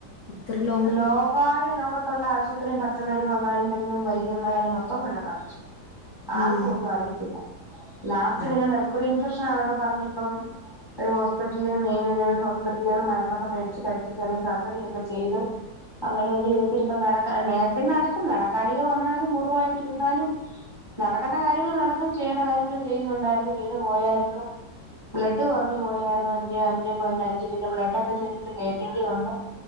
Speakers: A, on the left; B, on the left.
A: തൃലോ
B: ലോകായ ലോകത്തുള്ള ആശുപത്രിയും, പച്ചമരുന്നും, അങ്ങാടി മരുന്നും, വൈദ്യന്മാരെയും, മൊത്തം കൊണ്ടോയി കാണിച്ചു ആർക്കും
A: ആണോ
B: ഒന്നും അറിയത്തില്ല ലാസ്റ്റ്
A: ആഹ്
B: പിന്നെ മെർക്കുറി ഇൻഫെക്ഷനാന്നോക്കെ പറഞ് ഇപ്പം ഒരു ഹോസ്പിറ്റലി മെയിൻ ഒരു ഹോസ്പിറ്റലിന്ന് മരുന്നൊക്കെ മേടിച്ച് കഴിച്ച് ചെറിയ സർജറിയൊക്കെ ചെയ്ത് അങ്ങനെ ഒരു വിധത്തിലിപ്പ നടക്ക നേരത്തെ നടക്കും നടക്കാഴിക വന്നാലും മുറിവായിട്ടിരുന്നാലും നടക്കണ്ട കാര്യങ്ങൾ നടക്കും ചെയ്യേണ്ട കാര്യങ്ങള് ചെയ്യുന്നുണ്ടായിരുന്നു വീണ് പോയായിരുന്നു ബ്ലഡ് കുറഞ്ഞു പോയായിരുന്നു അഞ്ചേ അഞ്ച് പോയന്റ് അഞ്ച് പിന്നെ ബ്ലഡെക്കെ ശരീരത്ത് കേറ്റേണ്ടി വന്നു